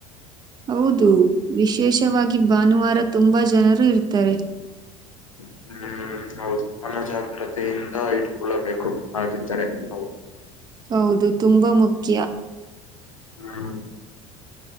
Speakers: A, on the right; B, on the left.
A: ಹೌದು ವಿಶೇಷವಾಗಿ ಭಾನುವಾರ ತುಂಬಾ ಜನರು ಇರ್ತಾರೆ.
B: ಹ್ಮ್ ಹೌದು. ನಮ್ಮಜಾಗ್ರತೆಯಿಂದ ಇಟ್ಕೊಳ್ಳಬೇಕು ಹಾಗಿದ್ದರೆ ನಾವು
A: ಹೌದು ತುಂಬಾ ಮುಖ್ಯ
B: ಹ್ಮ್